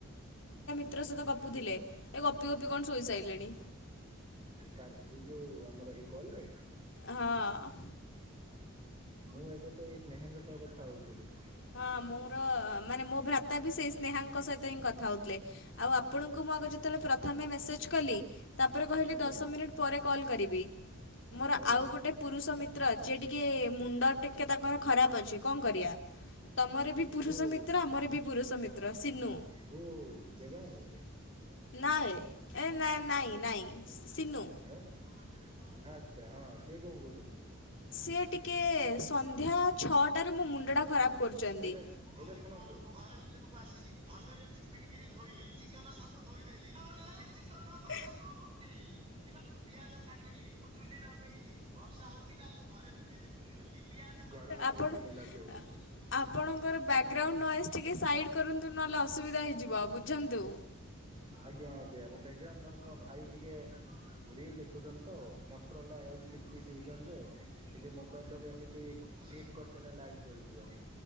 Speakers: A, on the left (about 60°); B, on the right (about 25°).
A: ପିତ୍ର ସଇତ ଗପୁଥିଲେ ଏ ଗପି ଗପି କଣ ଶୋଇସାଇଲେଣି।
B: କାର ଏଇ ଯୋଉ ଆମର ଏଇ କଲ ରେ।
A: ହଁ।
B: ମୁଁ ଏବେ ତ ଏଇ ସ୍ନେହାଙ୍କ ସହ କଥା ହୋଉଥିଲି।
A: ହଁ ମୋର ମାନେ ମୋ ଭ୍ରାତା ବି ସେଇ ସ୍ନେହାଙ୍କ ସଇ ତ ହିଁ କଥା ହୋଉଥିଲେ ଆଉ ଆପଣଙ୍କୁ ମୁଁ ଆଗ ଯେତୋବେଳେ ପ୍ରଥମେ ମେସେଜ୍ କଲି। ତାପରେ କହିଲି
B: ଆଜ୍ଞା।
A: ଦଶ ମିନିଟ୍ ପରେ କଲ୍ କରିବି। ମୋର
B: ଆଜ୍ଞା।
A: ଆଉ ଗୋଟେ ପୁରୁଷ ମିତ୍ର ଯେ ଟିକେ ମୁଣ୍ଡ ଟିକେ ତାପଖରେ ଖରାପ ଅଛି କଣ କରିଆ। ତମର ବି ପୁରୁଷ
B: ଓ
A: ମିତ୍ର, ଆମର ବି ପୁରୁଷ ମିତ୍ର ସିନୁ।
B: ହୋ ଦେବାଂଶ।
A: ନା ଏ ନାଇଁ ନାଇଁ ନାଇଁ ସିନୁ।
B: ଆଁ ଆଚ୍ଛା ହଁ ସିଏ କଣ କଉଚନ୍ତି?
A: ସି ଟିକେ ସନ୍ଧ୍ୟା ଛଅଟାରେ ମୋ ମୁଣ୍ଡଟା ଖରାପ କରୁଚନ୍ତି।
B: ଏଇଟା ଏଇଟା ଶୁଣନ୍ତୁ ମୁଁ ଘର ଭିତରକୁ ଆସିଲି ଭଲରେ ଚିପିଡିକିରି ଧୋଇଲି। ଚିକନ ସବୁ ଧୋଇଦେଲି। ଆମର ନାଁ ଚିକନ।
A: ଏଁ
B: ଟି ବିଲ ମୁଁ ପିଆଜ କାଟିଲି ଚୁଲି ଲଗେଇଲି ବର୍ଷା ହୋଉଥିଲା ମୁଁ ଘରେ ଭିତରେ ଚୁଲୀଲାଗ ଗର ଭିତରେ
A: ଆପଣ
B: ଚୁଲି ଲାଗେଇଲୁ।
A: ଆପଣଙ୍କର ବ୍ୟଗ୍ରାଉଣ୍ଡ ନଏଜ୍ ଟିକିଏ ସାଇଡ଼୍ କରନ୍ତୁ। ନହେଲେ ଅସୁବିଧା ହେଇଯିବ ବୁଝନ୍ତୁ।
B: ଆଜ୍ଞା ଆଜ୍ଞା ମୋ ବ୍ୟାଗ୍ରାଉଣ୍ଡ ନଏଜ ମୋ ଭାଇ ଟିକେ ରିଲ ଦେଖୁଚନ୍ତି ତ ମଟରଲା ଏଚ ଫିଫଟି ଦେଖୁଚ ନ୍ତି ଜେ। ମୋବାଇଲଟାକୁ ଏମିତି ସିଟ କରଦେଲେ ଲାଇଟ୍ ଜଳିଯିବ।